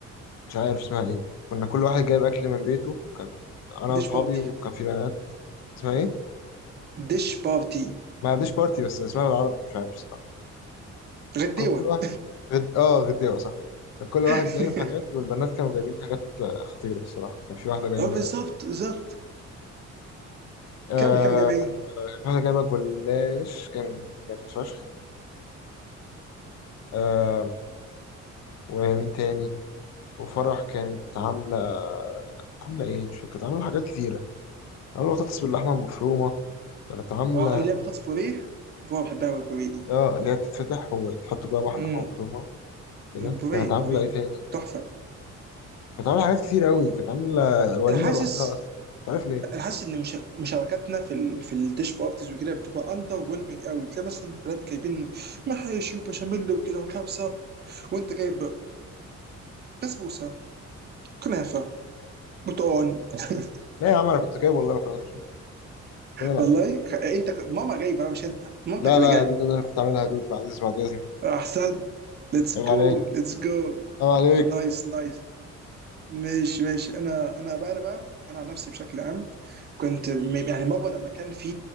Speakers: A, on the left; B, on the right.
A: مش عارف اسمها ايه كنا كل واحد جايب اكل من بيته كان انا
B: ديش
A: واصحابي
B: بارتي
A: وكان في بنات اسمها ايه
B: ديش بارتي
A: ما عنديش بارتي بس اسمها بالعربي مش عارف الصراحه
B: غديوه
A: كان كل واحد غد... اه غداوه صح كان كل
B: <laughs>
A: واحد جايب حاجات والبنات كانوا جايبين حاجات آه، خطيره الصراحه كان في واحده جايبه
B: اه بالظبط بالظبط
A: آه...
B: كمل كمل جاب ايه؟
A: كان في واحده جايبه جلاش كان جامد فشخ آه... ومين تاني وفرح كانت عامله عامله ايه مش فاكر كانت عامله حاجات كتيره عامله بطاطس باللحمه المفرومه كانت عامله
B: واو لا بطاطس بوريه واو بحبها قوي البوريه دي
A: اه اللي هي بتتفتح وتحط جواها مح-
B: امم
A: لحمه مفرومه كده
B: بوريه
A: كانت عامله
B: بوريه
A: ايه تاني
B: تحفه
A: كانت عامله حاجات كتير قوي كانت عامله وليمه
B: انا حاسس
A: لوحدها اصلا مش عارف ليه
B: انا حاسس ان مش... مشاركاتنا في ال... في الديش بارتيز وكده بتبقى اندر ويلمنج قوي بتلاقي مثلا بلاد جايبين محاشي وبشاميل وكده وكبسه وانت جايب بسبوسه كنافه بطون <laughs>
A: لا يا عم انا كنت جايب والله مكرونه بشاميل انا اللي
B: والله
A: عاملها
B: ك- انت ك- ماما جايبه مش انت مامتك
A: لا
B: اللي
A: لا
B: جايبه
A: يا دود انا اللي كنت عاملها يا دود بعد اذن بعد اذنك
B: احسن ليتس
A: عيب عليك
B: جو ليتس جو
A: عيب عليك
B: نايس نايس ماشي ماشي انا انا بقى انا بقى انا عن نفسي بشكل عام كنت م- يعني مره لما كان في